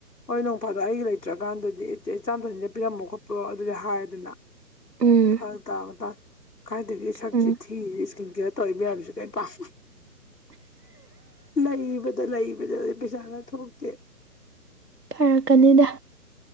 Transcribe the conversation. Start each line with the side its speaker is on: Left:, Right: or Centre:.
Left: ꯍꯣꯏ ꯅꯣꯡꯐꯥꯗꯣ ꯑꯩꯒꯤ ꯂꯩꯇ꯭ꯔꯀꯥꯟꯗꯗꯤ ꯏꯆꯦ ꯆꯥꯟꯊꯁꯤꯅ ꯄꯤꯔꯃꯣ ꯈꯣꯠꯄꯣ ꯑꯗꯨꯗꯤ ꯍꯥꯏꯗꯅ
Right: ꯎꯝ
Left: ꯐꯜ ꯇꯕꯗ ꯀꯥꯏꯏꯗꯒꯤ ꯁꯛꯁꯤ
Right: ꯎꯝ
Left: ꯊꯤꯔꯤ ꯏꯁꯀꯤꯟ ꯀꯦꯌꯔ ꯇꯧꯏ ꯃꯌꯥꯝꯁꯤ ꯀꯔꯤ ꯄꯥꯝ ꯂꯩꯕꯗ ꯂꯩꯕꯗ ꯄꯩꯁꯥꯅ ꯊꯣꯛꯇ
Right: ꯀꯔꯛꯀꯅꯤꯗ